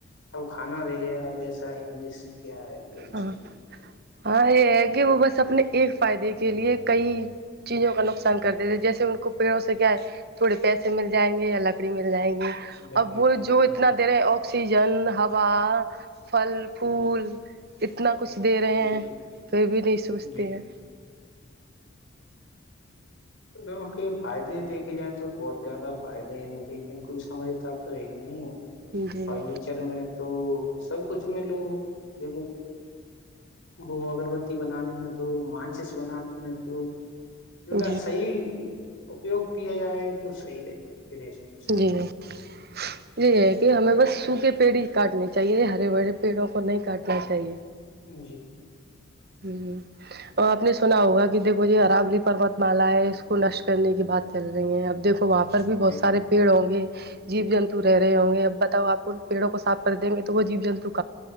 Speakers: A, on the left; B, on the right.
A: اب کھانا رہ گیا وسا انگلش کیا ہے ر
B: ہاں
A: سے
B: ہاں یہ ہے کہ وہ بس اپنے ایک فائدے کے لیے کئی چیزوں کا نقصان کرتے تھے جیسے ان کو پڑوں سے کیا ہے تھوڑے پیسے مل جائیں گے یا لکڑی مل جائیں گی
A: لکڑی
B: اب وہ
A: مل جائیں
B: جو اتنا دیرے آکسیجن ہا فل فول اتنا کچھ دے رہے
A: جی
B: ہیں کوئی بھی نہیں سوچھتے
A: جی
B: ہیں
A: تو ل کہ فائدے دیکے جائیں تو بہت زیادہ فائدےے لیکن کوئی سمجھتا تو ہے ہی نہیں
B: جی
A: فرنیچر میں تو سب کچھ میں لوگ د وہ اگربتی بنانے میں تو ماچس بنانے میں تو ان کا
B: جی
A: صحیح اپیوگ کیا جائے تو صحیح رہے د
B: جی نہیں جی ہے کہ ہمیں بس سو کے پیڑھی کاٹنی چاہیے ہرے بھرے پیڑوں کو نہیں کاٹنا چاہیے
A: جی
B: ہ اور آپ نے سنا ہوگا کہ دیکھو یہ عرابلی پرمت مالا ہے اس کو نشٹ کرنے کی بات چل رہی ہیں اب دیکھو وہاں پر بھی بہت
A: جی
B: سارے پیڑ ہوں گے جیو جنتو رہ رہے ہوں گے اب بتاؤ آپ کو پڑوں کو صا کر دیں گے تو وہ جی جنتو کو